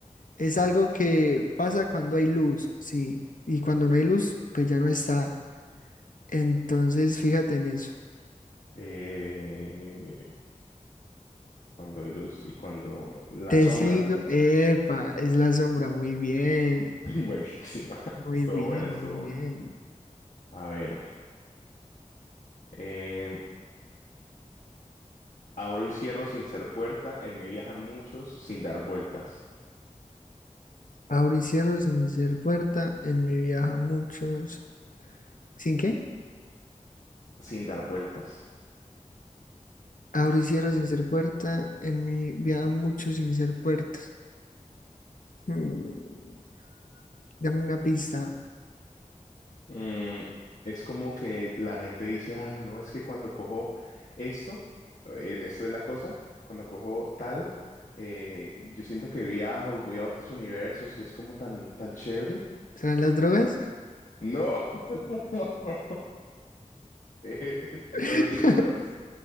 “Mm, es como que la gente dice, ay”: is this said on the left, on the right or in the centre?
Left